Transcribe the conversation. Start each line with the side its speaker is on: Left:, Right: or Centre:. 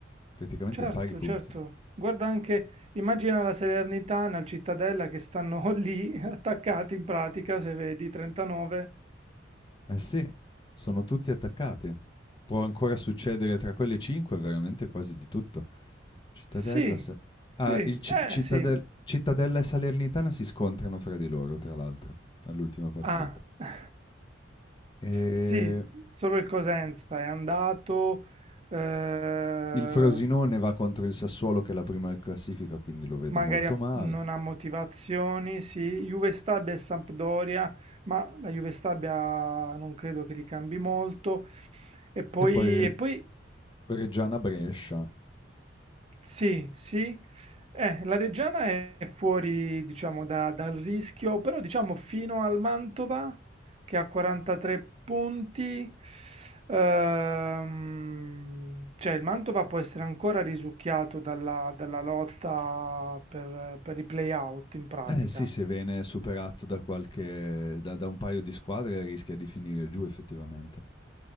Left: praticamente
Right: Certo,
Left: a pari punti.
Right: certo. Guarda anche, immagina la Salernitana, il Cittadella che stanno <laughs> lì attaccati in pratica, se vedi, 39.
Left: Eh sì, sono tutti attaccati. Può ancora succedere tra quelle 5 veramente quasi di tutto. Cittadella,
Right: Sì,
Left: Sa
Right: sì,
Left: ah, il Ci
Right: eh
Left: Cittadel
Right: sì.
Left: Cittadella e Salernitana si scontrano fra di loro, tra l'altro, all'ultima partita.
Right: Ah, <laughs>
Left: Ehm
Right: sì, solo il Cosenza è andato, eh,
Left: Il Frosinone va contro il Sassuolo che è la prima in classifica, quindi lo vedo
Right: magari
Left: molto
Right: ha-
Left: male.
Right: non ha motivazioni, sì, Juve Stabia e Sampdoria, ma la Juve Stabia non credo che li cambi molto. E poi,
Left: E poi Re-
Right: e poi
Left: Reggiana-Brescia.
Right: sì, sì. Eh, la Reggiana è fuori, diciamo, da- dal rischio, però diciamo fino al Mantova, che ha 43 punti, ehm, cioè il Mantova può essere ancora risucchiato dalla, dalla lotta per per i play-out in pratica.
Left: Eh sì, se viene superato da qualche, da, da un paio di squadre rischia di finire giù effettivamente.